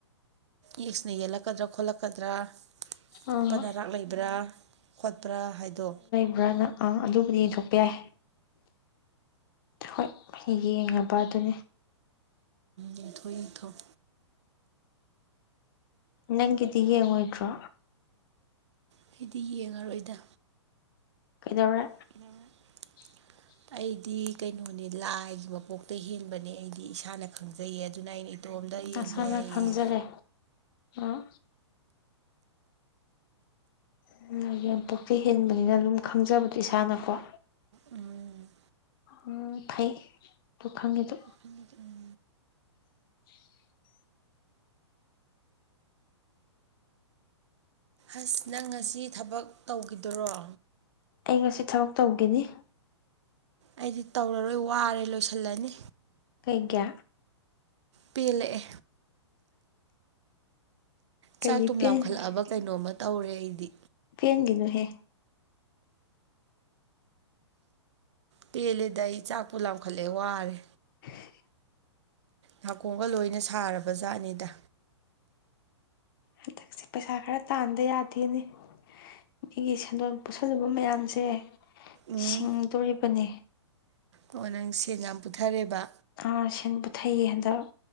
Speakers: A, on the right; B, on the left.
A: ꯑꯦꯛꯁꯅꯥ ꯌꯦꯂꯛ ꯀꯗ꯭ꯔꯥ ꯈꯣꯠꯂꯛꯀꯗ꯭ꯔꯥ
B: ꯑꯥ
A: ꯑꯄꯟ ꯑꯔꯥꯛ ꯂꯩꯕ꯭ꯔꯥ ꯈꯣꯠꯄ꯭ꯔꯥ ꯍꯥꯏꯗꯣ
B: ꯕ꯭ꯔꯥꯅ ꯑꯥ ꯑꯗꯨꯕꯨꯗꯤ ꯌꯦꯡꯊꯣꯛꯄ ꯌꯥꯏ ꯍꯣꯏ ꯌꯦꯡꯉ ꯕꯥꯗꯨꯅꯤ
A: ꯌꯦꯡꯊꯣꯛ ꯌꯦꯡꯊꯣꯛ
B: ꯅꯪꯒꯤꯗꯤ ꯌꯦꯡꯉꯣꯏꯗ꯭ꯔꯣ
A: ꯑꯩꯗꯤ ꯌꯦꯡꯉꯔꯣꯏꯗ
B: ꯀꯩꯗꯧꯔꯦ
A: <unintelligible>
B: <inaudible>
A: ꯑꯩꯗꯤ ꯀꯩꯅꯣꯅꯦ ꯂꯥꯏꯒꯤ ꯃꯄꯣꯛꯇ ꯍꯤꯡꯕꯅꯦ ꯑꯩꯗꯤ ꯏꯁꯥꯅ ꯈꯪꯖꯩꯌꯦ ꯑꯗꯨꯅ ꯑꯩꯅ ꯏꯇꯣꯝꯗ ꯌꯦꯡꯕ
B: ꯅꯁꯥꯅ
A: ꯌꯥꯏꯌꯦ
B: ꯈꯪꯖꯔꯦ ꯑꯣ ꯑꯗꯨꯅ ꯌꯥꯝ ꯄꯣꯛꯆꯩ ꯍꯦꯟꯕꯅꯤꯅ ꯑꯗꯨꯝ ꯈꯪꯖꯕꯗꯣ ꯏꯁꯥꯅꯀꯣ
A: ꯎꯝ꯫
B: ꯎꯝ ꯐꯩ ꯑꯗꯨ ꯈꯪꯉꯤꯗꯨ꯫
A: <inaudible>
B: <inaudible>
A: ꯑꯁ ꯅꯪ ꯉꯁꯤ ꯊꯕꯛ ꯇꯧꯒꯤꯗꯣꯔꯣ꯫
B: ꯑꯩ ꯉꯁꯤ ꯊꯕꯛ ꯇꯧꯒꯅꯤ꯫
A: ꯑꯩꯗꯤ ꯇꯧꯔꯔꯣꯏ ꯋꯥꯔꯦ ꯂꯣꯏꯁꯜꯂꯅꯤ꯫
B: ꯀꯩꯒꯤ꯫
A: ꯄꯦꯜꯂꯛꯑꯦ꯫
B: ꯀꯩꯒꯤ
A: ꯆꯥꯛ ꯊꯨꯝ
B: ꯄꯦꯟꯒꯦ
A: ꯂꯥꯝꯈꯠꯂꯛꯑꯕ ꯀꯩꯅꯣ ꯑꯃ ꯇꯧꯔꯦ ꯑꯩꯗꯤ꯫
B: ꯄꯦꯟꯒꯤꯗꯅꯨꯍꯦ꯫
A: ꯄꯦꯜꯂꯦꯗ ꯑꯩ ꯆꯥꯛꯄꯨ ꯂꯥꯝꯈꯠꯂꯛꯑꯦ ꯋꯥꯔꯦ꯫
B: <inaudible>
A: ꯅꯥꯀꯣꯡꯒ ꯂꯣꯏꯅ ꯁꯥꯔꯕ ꯖꯥꯠꯅꯤꯗ꯫
B: ꯍꯟꯗꯛꯁꯦ ꯄꯩꯁꯥ ꯈꯔ ꯇꯥꯟꯗ ꯌꯥꯗꯦꯅꯤ ꯃꯤꯒꯤ ꯁꯦꯟꯗꯣꯟ ꯄꯨꯠꯁꯜꯂꯨꯕ ꯃꯌꯥꯝꯁꯦ
A: ꯎꯝ
B: ꯁꯤꯡꯗꯣꯔꯤꯕꯅꯦ꯫
A: ꯑꯣ ꯅꯪ ꯁꯦꯟ ꯌꯥꯝ ꯄꯨꯊꯔꯦꯕ꯫
B: ꯀꯥꯔ ꯁꯦꯟ ꯄꯨꯊꯩꯌꯦ ꯍꯟꯗꯛ